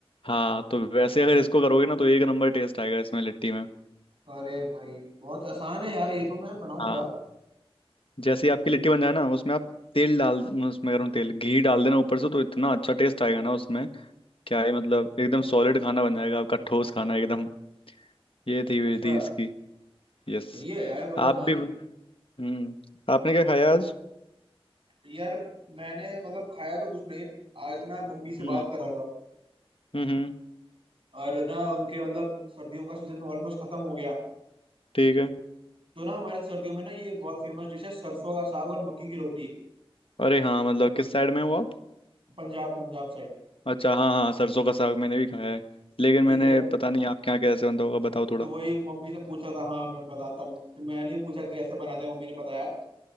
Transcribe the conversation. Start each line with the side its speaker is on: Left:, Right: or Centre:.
Left: हाँ तो वैसे अगर इसको करोगे ना तो एक नंबर टेस्ट आएगा इसमें लिट्टी में
Right: अरे भाई बहुत आसान है यार ये तो मैं बनाऊंगा
Left: हाँ जैसे ही आपकी लिट्टी बन जाए ना उसमें आप तेल डाल उसमें गर्म तेल घी डाल देना ऊपर से तो इतना अच्छा टेस्ट आएगा ना उसमें क्या है मतलब एकदम सॉलिड खाना बन जाएगा आपका ठोस खाना एकदम ये थी
Right: अच्छा
Left: विधि इसकी यस
Right: सही है यार बहुत आसान
Left: आप भी
Right: है
Left: हम्म आपने क्या खाया आज
Right: यार मैंने मतलब खाया तो कुछ नहीं आज ना मम्मी से
Left: हम्म
Right: बात कर रहा था
Left: हम्म हम्म,
Right: और ना उनके मतलब सर्दियों का सीजन ऑलमोस्ट खत्म हो गया
Left: ठीक है
Right: तो ना हमारे सर्दियों में ना ये बहुत फेमस डिश है सरसों का साग और मक्की की रोटी
Left: अरे हाँ मतलब किस साइड में हो आप
Right: पंजाब पंजाब साइड
Left: अच्छा हाँ हाँ सरसों का साग मैंने भी खाया है लेकिन
Right: ठीक
Left: मैंने
Right: है
Left: पता नहीं आपके यहाँ कैसे बनता होगा बताओ थोड़ा
Right: तो वही मम्मी से पूछा था हाँ मैं बताता हूँ तो मैंने भी पूछा कि कैसे बनाते हैं मम्मी ने बताया कि